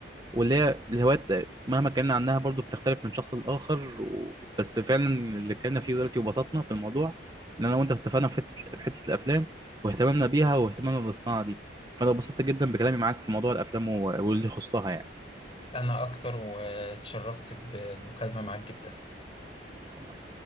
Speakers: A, on the right (about 20°); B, on the left (about 30°).
A: واللي هي الهوايات مهما اتكلمنا عنها برضو بتختلف من شخص لآخر و... بس فعلا اللي اتكلمنا فيه دلوقتي وبسطنا في الموضوع ان انا وانت اتفقنا في حته في حته الافلام واهتمامنا بيها واهتمامنا بالصناعه دي فانا اتبسطت جدا بكلامي معاك في موضوع الافلام و- واللي يخصها
B: انا اكتر واتشرفت بالمكالمة معاك جدا
A: يعني